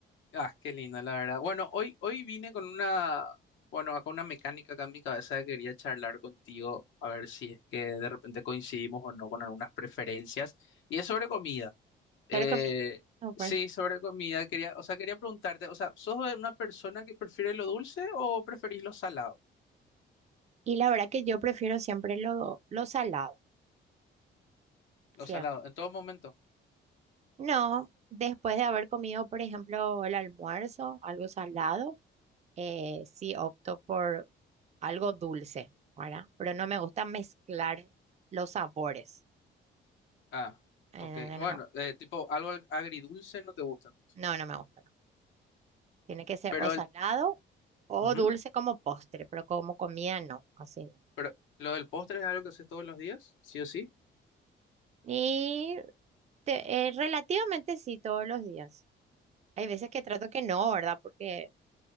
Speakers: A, on the left; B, on the right.
A: ah, qué lindo, la verdad. Bueno, hoy, hoy vine con una, bueno, acá una mecánica acá en mi cabeza que quería charlar contigo a ver si es que de repente coincidimos o no con algunas preferencias y es sobre comida. Eh,
B: Te recomiendo. Súper.
A: sí, sobre comida, quería, o sea, quería preguntarte, o sea, ¿sos de una persona que prefiere lo dulce o preferís lo salado?
B: Y la verdad que yo prefiero siempre lo, lo salado,
A: Lo
B: siempre.
A: salado, en todo momento.
B: No, después de haber comido, por ejemplo, el almuerzo, algo salado, eh, sí opto por algo dulce, ¿verdad? Pero no me gusta mezclar los sabores.
A: Ah,
B: Eh,
A: ok. Bueno,
B: no, me-
A: eh, tipo algo ag- agridulce no te gustan.
B: no, no me gusta. Tiene que ser
A: Pero
B: o salado
A: el,
B: o
A: ujú,
B: dulce como postre, pero como comida no, así no.
A: pero lo del postre es algo que haces todos los días, sí o sí.
B: Y te- eh, relativamente sí, todos los días. Hay veces que trato que no, ¿verdad? Porque,